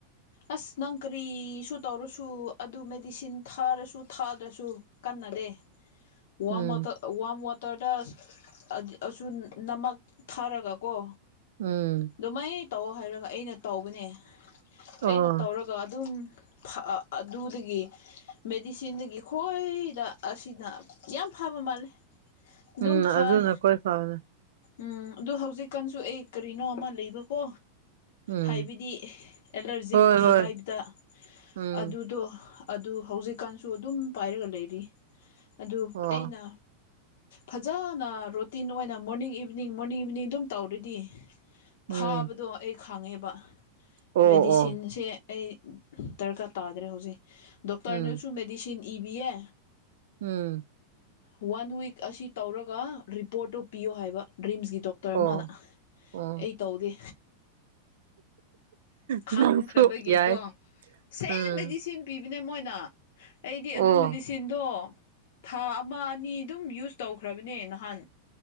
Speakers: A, on the left (about 60°); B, on the right (about 70°).
A: ꯑꯁ ꯅꯪ ꯀꯔꯤꯁꯨ ꯇꯧꯔꯁꯨ ꯑꯗꯨ ꯃꯦꯗꯤꯁꯤꯟ ꯊꯥꯔꯁꯨ ꯊꯥꯗ꯭ꯔꯁꯨ ꯀꯟꯅꯗꯦ ꯋꯥꯝ
B: ꯎꯝ
A: ꯋꯇꯔ ꯋꯥꯝ ꯋꯥꯇꯔꯗ ꯑꯗꯤ ꯑꯁꯨ ꯅꯃꯛ ꯊꯥꯔꯒ ꯀꯣ
B: ꯎꯝ
A: ꯑꯗꯨꯃꯥꯏꯅ ꯇꯧ ꯍꯥꯏꯔꯒ ꯑꯩꯅ ꯇꯧꯕꯅꯦ
B: ꯑꯣ
A: ꯑꯩꯅ ꯇꯧꯔꯒ ꯑꯗꯨꯝ ꯊꯥꯛꯑ ꯑꯗꯨꯗꯒꯤ ꯃꯦꯗꯤꯁꯤꯟꯗꯒꯤ ꯈꯣꯏꯗ ꯑꯁꯤꯅ ꯌꯥꯝ ꯐꯕ ꯃꯥꯜꯂꯦ ꯑꯗꯨꯝ
B: ꯎꯝ
A: ꯐꯩ
B: ꯑꯗꯨꯅ ꯀꯣꯏ ꯐꯥꯎꯅꯦ
A: ꯎꯝ ꯑꯗꯨ ꯍꯧꯖꯤꯛꯀꯥꯟꯁꯨ ꯑꯩ ꯀꯔꯤꯅꯣ ꯑꯃ ꯂꯩꯕꯀꯣ
B: ꯎꯝ
A: ꯍꯥꯏꯕꯗꯤ ꯑꯦꯂꯔꯖꯤꯛꯀꯤ
B: ꯍꯣꯏ ꯍꯣꯏ
A: ꯇꯥꯏꯞꯇ
B: ꯎꯝ
A: ꯑꯗꯨꯗꯣ ꯑꯗꯨ ꯍꯧꯖꯤꯛꯀꯥꯟꯁꯨ ꯑꯗꯨꯝ ꯄꯥꯏꯔꯒ ꯂꯩꯔꯤ ꯑꯗꯨ
B: ꯑꯣ
A: ꯑꯩꯅ ꯐꯖꯅ ꯔꯣꯇꯤꯟ ꯑꯣꯏꯅ ꯃꯣꯔꯅꯤꯡ ꯏꯞ ꯏꯚꯤꯅꯤꯡ ꯃꯣꯔꯅꯤꯡ ꯏꯚꯤꯅꯤꯡ ꯑꯗꯨꯝ ꯇꯧꯔꯗꯤ
B: ꯎꯝ
A: ꯐꯥꯕꯗꯣ ꯑꯩ ꯈꯪꯉꯦꯕ
B: ꯑꯣ
A: ꯃꯦꯗꯤꯁꯤꯟꯁꯦ
B: ꯑꯣ
A: ꯑꯩ ꯗꯔꯀꯥꯔ ꯇꯥꯗ꯭ꯔꯦ ꯍꯧꯖꯤꯛ ꯗꯣꯛꯇꯔꯅꯁꯨ
B: ꯎꯝ
A: ꯃꯦꯗꯤꯁꯤꯟ ꯏꯕꯤꯌꯦ
B: ꯎꯝ
A: ꯋꯥꯟ ꯋꯤꯛ ꯑꯁꯤ ꯇꯧꯔꯒ ꯔꯤꯄꯣꯔꯠꯇꯨ ꯄꯤꯌꯣ ꯍꯥꯏꯕ ꯔꯤꯝꯁꯀꯤ ꯗꯣꯛ ꯇꯔ
B: ꯑꯣ
A: ꯑꯃꯅ
B: ꯑꯣ
A: ꯑꯩ ꯇꯧꯗꯦ
B: ꯅꯪꯁꯨ
A: ꯈꯪꯈ꯭ꯔꯕꯒꯤꯀꯣ
B: ꯌꯥꯏ
A: ꯁꯦꯝꯗꯗꯤ
B: ꯎꯝ
A: ꯁꯤꯝ ꯄꯤꯕꯤꯅꯦ ꯃꯣꯏꯅ ꯑꯩꯗꯤ
B: ꯑꯣ
A: ꯑꯗꯨꯃꯗꯤ ꯁꯤꯟꯗꯣ ꯊꯥ ꯑꯃ ꯑꯅꯤ ꯑꯗꯨꯝ ꯌꯨꯁ ꯇꯧꯈ꯭ꯔꯕꯅꯦ ꯅꯍꯥꯟ